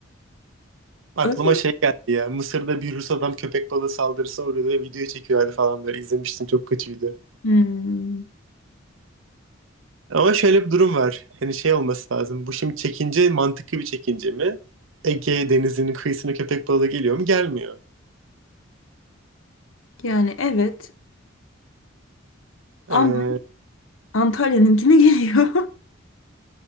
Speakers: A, on the right; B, on the left.
A: Aklıma
B: Öyle.
A: şey geldi ya. Mısır'da bir Rus adam köpek balığı saldırısına uğruyordu ve video çekiyorlardı falan böyle. İzlemiştim çok kötüydü.
B: Hmm.
A: Ama şöyle bir durum var. Hani şey olması lazım. Bu şimdi çekince mantıklı bir çekince mi? Ege Denizi'nin kıyısına köpek balığı geliyor mu? Gelmiyor.
B: Yani evet ama
A: Ee,
B: Antalya'nınkine geliyor.